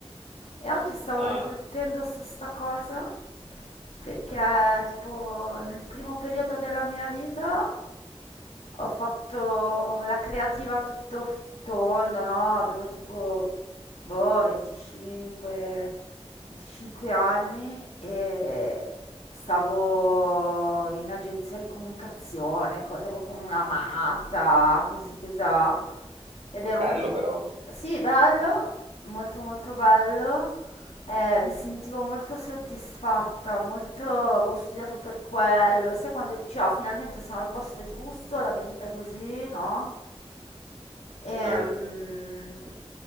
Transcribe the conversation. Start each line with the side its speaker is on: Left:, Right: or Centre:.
Left: E oggi stavo
Right: Ah,
Left: riflettendo su sta cosa perché tipo nel primo periodo della mia vita ho fatto la creativa a tutto f- tondo, no? Avevo tipo boh, 25, 25 anni e stavo in agenzia di comunicazione, correvo come una matta, così cosà. Ed era
Right: bello
Left: un tipo...
Right: però.
Left: Sì, bello, molto molto bello. Eh, mi sentivo molto soddisfatta, molto... avevo studiato per quello. Sai quando dici, ah, finalmente sono al posto giusto, la mia vita è così, no? Ehm,
Right: Eh,